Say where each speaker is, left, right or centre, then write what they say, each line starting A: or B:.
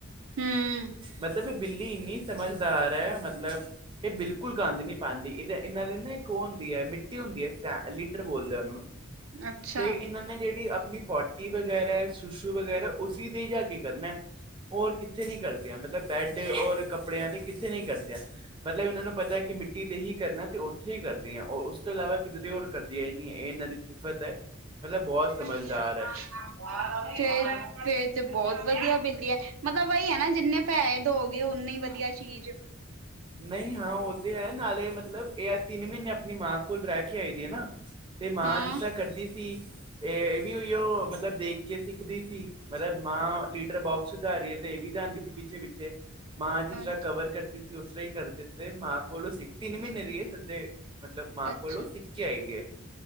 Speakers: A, on the right; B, on the right.
A: ਹੂੰ
B: ਮਤਲਬ ਬਿੱਲੀ ਇੰਨੀ ਸਮਝਦਾਰ ਐ, ਮਤਲਬ ਇਹ ਬਿਲਕੁਲ ਗੰਦ ਨਈ ਪਾਂਦੀ, ਏਦਾਂ, ਇਹਨਾਂ ਦੇ ਨਾ ਇੱਕ ਉਹ ਹੁੰਦੀ ਹੈ, ਮਿੱਟੀ, ਹੁੰਦੀ ਹੈ ਸ ਲੀਟਰ ਬੋਲਦੇ ਉਹਨੂੰ
A: ਅੱਛਾ।
B: ਤੇ ਇਹਨਾਂ ਨੇ ਜਿਹੜੀ ਆਪਣੀ ਪੋਟੀ ਵਗੈਰਾ, ਸੁਸ਼ੂ ਵਗੈਰਾ ਉਸੀ ਤੇ ਈ ਜਾ ਕੇ ਕਰਨਾ। ਹੋਰ ਕਿੱਥੇ ਨੀ ਕਰਦੀਆਂ ਮਤਲਬ ਬੈੱਡ ਔਰ ਕੱਪੜਿਆਂ ਤੇ ਕਿੱਥੇ ਨੀ ਕਰਦੀਆਂ। ਮਤਲਬ ਇਹਨਾਂ ਨੂੰ ਪਤਾ ਕਿ ਮਿੱਟੀ ਤੇ ਹੀ ਕਰਨਾ ਤੇ ਉੱਥੇ ਈ ਕਰਦੀਆਂ ਓ ਉਸ ਤੋਂ ਇਲਾਵਾ ਕਿਧਰੇ ਹੋਰ ਕਰਦੀਆ ਈ ਨੀ, ਇਹ ਇਹਨਾਂ ਦੀ ਸਿਫਤ ਹੈ। ਮਤਲਬ ਸਮਝਦਾਰ
A: <unintelligible>
B: ਹੈ
A: ਫੇਰ, ਫੇਰ ਤੇ ਬਹੁਤ ਵਧੀਆ ਬਿੱਲੀ ਐ। ਮਤਲਬ ਵਹੀ ਐ ਨਾ ਜਿੰਨੇ ਪੇਹੇ ਦਉਗੇ ਉਨੀੇ ਈ ਵਧੀਆ ਚੀਜ਼
B: ਨਹੀਂ ਹਾਂ ਉਹ ਤੇ ਹੈ ਨਾਲੇ ਮਤਲਬ ਇਹ ਐ ਤਿੰਨ ਮਹੀਨੇ ਆਪਣੀ ਮਾਂ ਕੋਲ ਰਹਿ ਕੇ ਆਈ ਦੀ ਐ ਨਾ ਤੇ ਮਾਂ
A: ਹਾਂ
B: ਜਿਸ ਤਰ੍ਹਾਂ ਕਰਦੀ ਸੀ, ਇਹ, ਇਹ ਵੀ ਉਈਓ ਮਤਲਬ ਦੇਖ ਕੇ ਸਿੱਖਦੀ ਸੀ। ਮਤਲਬ ਮਾਂ ਲੀਟਰ ਬੋਕਸ ਚ ਜਾ ਰਹੀ ਐ ਤੇ ਇਹ ਵੀ ਜਾਂਦੀ ਸੀ ਪਿੱਛੇ- ਪਿੱਛੇ। ਮਾਂ ਜਿਸ
A: ਅ
B: ਤਰ੍ਹਾਂ ਕਵਰ ਕਰਦੀ ਸੀ ਉਸ ਤਰ੍ਹਾਂ ਈ ਕਰਦੀ ਸੀ ਮਾਂ ਕੋਲੋਂ ਸ, ਤਿੰਨ ਮਹੀਨੇ ਦੀ ਏ ਸਿੱਧੇ ਮਤਲਬ ਮਾਂ
A: ਅੱਛਾ
B: ਕੋਲੋਂ ਸਿੱਖ ਕੇ ਆਈ ਦੀਏ।